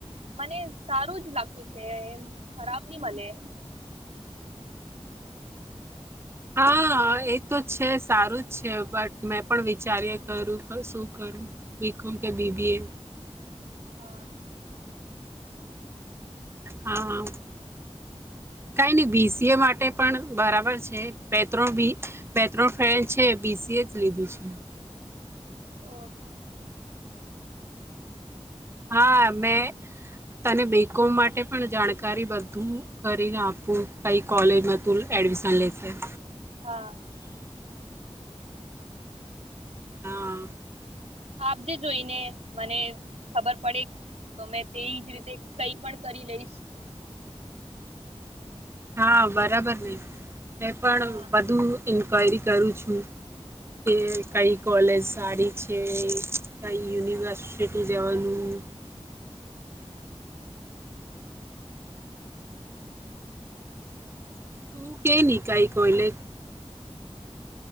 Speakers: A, on the right; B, on the right.
A: મને સારું જ લાગતું છે એમ ખરાબ નહ મને
B: હા એ તો છે સારું જ છે બટ મેં પણ વિચારીએ ખું શું કરું બીું કે બીબીએ
A: હા
B: હા કઈ નહી બીસીએ માટે પણ બરાબર છે પ્ર બી પ્રો ફ છે બીસીએ જ લીધું છે
A: ઓ
B: હા મેં તને બીકોમ માટે પણ જાણકારી બધું કરીને આપું કઈ કોલેજમાં તું એડમિશન લેશે
A: હા
B: હા
A: આપજે જોઈને મને ખબર પડે તો મેં તેજ રીતે કઈ પણ કરી લઈશ
B: હા બરાબર ને હ પણ
A: હા
B: બધું ઇન્ક્વાયરી કરું છું કે
A: હા
B: કઈ કોલેજ સાાડી છે કાંઈ યુનિવર્સું જવાનું તું કે ન કઈ કોઈલે